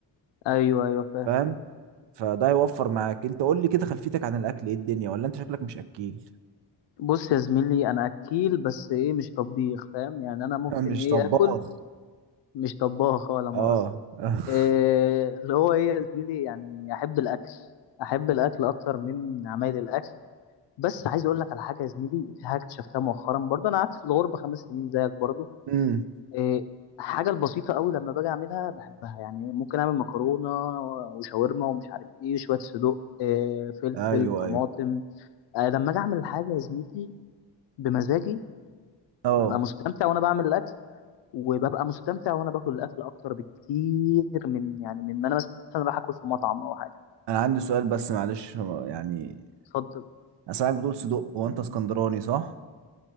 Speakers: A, on the left; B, on the right.
A: ايوه ايوه فاهم
B: فاهم فده هيوفر معاك انت قول لي كده خلفيتك عن الاكل ايه الدنيا ولا انت شكلك مش اكيل
A: بص يا زميلي انا اكيل بس ايه مش طبيخ فاهم يعني انا ممكن
B: <laughs> مش
A: ايه
B: طباخ
A: اكل مش طباخ ولا مؤاخذة
B: اه <laughs>
A: إيه اللي هو ايه يا زميلي يعني احب الاكل احب الاكل اكتر من عمايل الاكل بس عايز اقول لك على حاجه يا زميلي في حاجه اكتشفتها مؤخرا برضه انا قعدت في الغربه خمس سنين زيك برضه
B: امم
A: إيه حاجه البسيطه قوي لما باجي اعملها بحبها يعني ممكن اعمل مكرونه وشاورما ومش عارف ايه شويه صدوق إيه فلفل
B: ايوه
A: طماطم
B: ايوه
A: آه، لما اجي اعمل الحاجه يا زميلي بمزاجي
B: اه
A: ببقى مستمتع وانا بعمل الاكل وببقى مستمتع وانا باكل الاكل اكتر بكتير من يعني من ما انا مثلا راح اكل في مطعم او حاجه
B: انا عندي سؤال بس معلش يعني
A: اتفضل
B: انا سامعك بتقول صدق هو انت اسكندراني صح